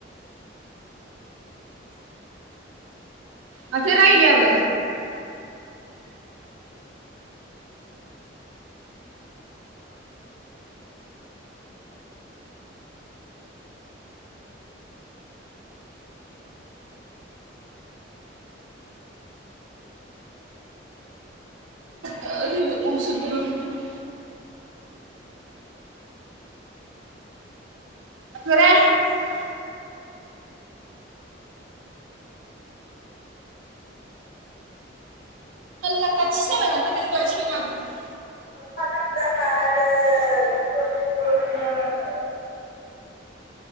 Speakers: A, on the right (about 85°); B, on the left (about 50°).
A: माथो रायलायाबो <unintelligible> <unintelligible> <unintelligible>
B: अखा दामब्रा हादों जुब जुबनो